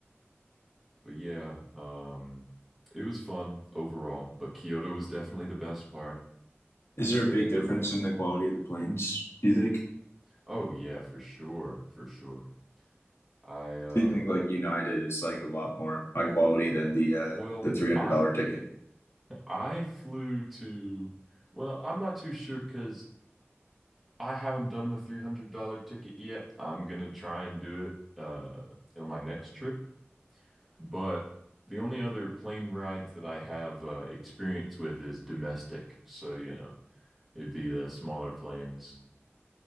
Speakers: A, in the centre; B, on the left (about 65°).
A: But yeah, um, it was fun overall, but Kyoto was definitely the best part.
B: Is
A: I'd
B: there
A: say
B: a big
A: to go
B: difference
A: there.
B: in the quality of the planes, do you think?
A: Oh yeah, for sure, for sure. I um
B: Do you think like United is like a lot more high quality than the uh
A: well,
B: the $300
A: I
B: ticket?
A: I flew to well, I'm not too sure because I haven't done the $300 ticket yet. I'm gonna try and do it uh on my next trip. But the only other plane rides that I have uh, experience with is domestic. So, you know, it'd be the smaller planes.